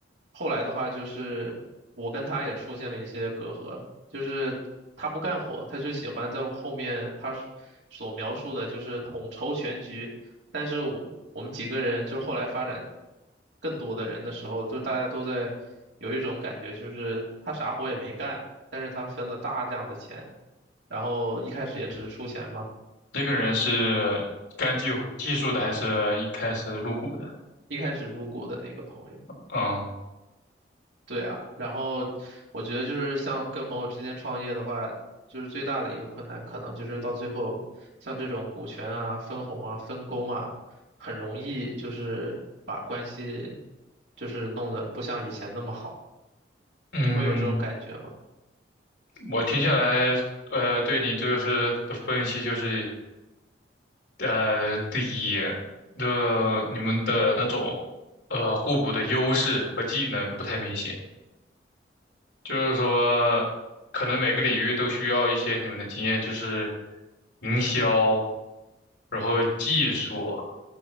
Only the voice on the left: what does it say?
那个人是干技技术的，还是一开始入股的？
嗯
嗯。
我听下来，呃，对你这个是的分析就是，呃，第一，的你们的那种呃互补的优势和技能不太明显。就是说，
可能每个领域都需要一些你们的经验，就是营销，然后技术，